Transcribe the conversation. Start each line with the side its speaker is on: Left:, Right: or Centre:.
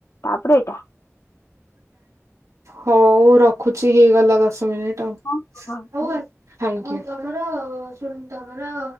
Left: ତାପରେ ଏଇଟା।
Right: ହୋଉ ରଖୁଚି ହେଇଗଲା ଦଶ ମିନିଟ।
Left: ହଁ
Right: ଟ
Left: ହଁ
Right: ଥାଙ୍କୟୁ। ତମର ଶୁନ୍ ତମର